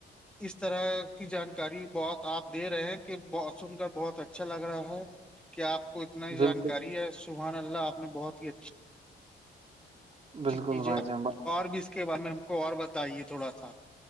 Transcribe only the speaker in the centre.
اس طرح کی جانکاری بہت تو آپ دے رہے ہیں کہ ب سن کر بہت اچھا لگ رہا ہے کہ آپ کو اتنا ہی
جانکاری ہے سبحان اللہ آپ نے بہت ہی اچھا اچھی
چیز
ہے
اور بھی اس کے بارے میں ہم کو اور بتائیے تھوڑا سا